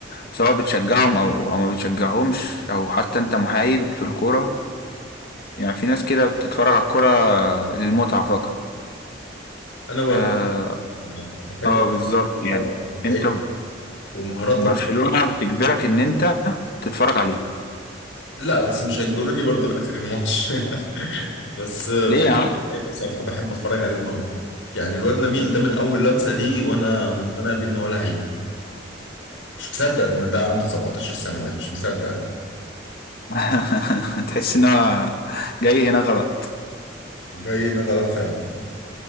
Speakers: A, on the left; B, on the left.
A: سواء بتشجعهم او او ما بتشجعهمش او حتى انت محايد في الكورة يعني في ناس كده بتتفرج على الكرة للمتعة فقط
B: انا برضه
A: اه,
B: بحب
A: آه بالظبط
B: الكوره
A: يعني
B: ومتعتها
A: انت
B: ومهارات
A: برشلونة بتجبرك ان انت تتفرج عليهم
B: لا بس مش هيجبروني برضو لاخر الماتش <laughs> يعني بس آه،
A: ليه
B: في
A: يا عم
B: لعيبه بصراحه بحب اتفرج عليهم قوي يعني الواد لميل ده من اول لمسه ليه وانا مقتنع بيه ان هو لعيب مش مصدق ان ده عنده 17 سنه ده مش مصدق انا
A: <laughs> تحس ان هو جاي هنا غلط
B: جاينا غلط فعلا